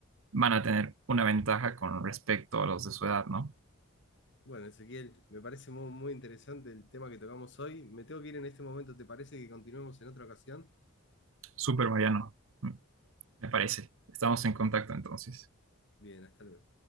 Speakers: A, on the right; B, on the left.
A: van a tener una ventaja con respecto a los de su edad, ¿no?
B: Bueno, Ezequiel, me parece muy, muy interesante el tema que tocamos hoy. Me tengo que ir en este momento, ¿te parece que continuemos en otra ocasión?
A: Súper Mariano, me parece. Estamos en contacto entonces.
B: Bien, hasta luego.